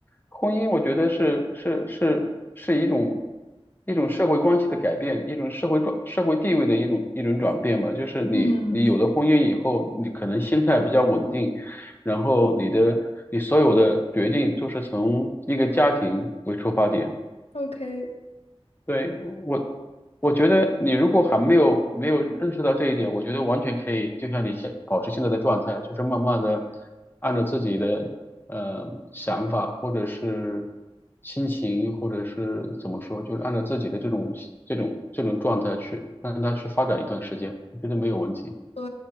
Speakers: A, on the left; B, on the left.
A: 婚姻，我觉得是是是是一种一种社会关系的改变，一种社会转社会地位的一种一种转变吧。就是你你有了婚姻以后，
B: 嗯
A: 你可能心态比较稳定，然后你的你所有的决定都是从一个家庭为出发点。
B: ，OK，OK，
A: 对，我，我觉得你如果还没有没有认识到这一点，我觉得完全可以，就像你现保持现在的状态，就是慢慢的按照自己的呃想法或者是心情，或者是怎么说，就是按照自己的这种这种这种状态去让它去发展一段时间，我觉得没有问题。
B: 对，